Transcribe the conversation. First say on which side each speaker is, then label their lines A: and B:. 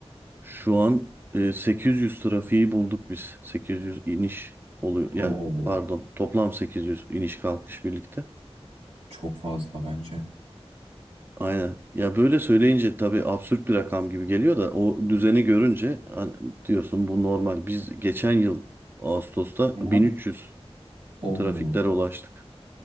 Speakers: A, on the right; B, on the right.
A: Şu an e, 800 trafiği bulduk biz. 800 iniş oluyor. Ya
B: Oo,
A: pardon, toplam 800 iniş kalkış birlikte.
B: çok fazla bence.
A: Aynen. Ya böyle söyleyince tabii absürt bir rakam gibi geliyor da o düzeni görünce hani diyorsun bu normal. Biz geçen yıl Ağustos'ta
B: Aha.
A: 1300
B: Oo,
A: trafiklere ulaştık.